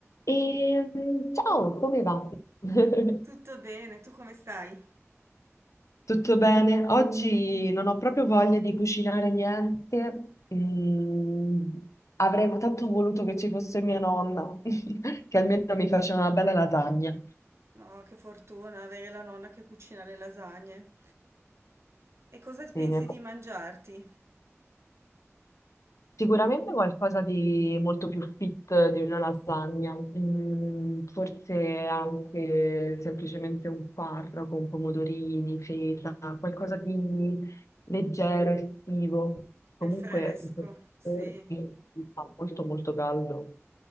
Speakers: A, on the left; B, on the right.
A: E mm, ciao, come va? <laughs>
B: Tutto bene, tu come stai?
A: Tutto bene? Oggi non ho proprio voglia di cucinare niente. Mm, avrei tanto voluto che ci fosse mia nonna, <laughs> che almeno mi faceva una bella lasagna.
B: No, che fortuna avere la nonna che cucina le lasagne. E cosa pensi
A: Sì, mi è
B: di mangiarti?
A: Sicuramente qualcosa di molto più fit di una lasagna, Mm, forse anche semplicemente un farro con pomodorini, feta, qualcosa di leggero, estivo.
B: È
A: Comunque,
B: fresco,
A: in questi
B: sì.
A: giorni fa molto molto caldo.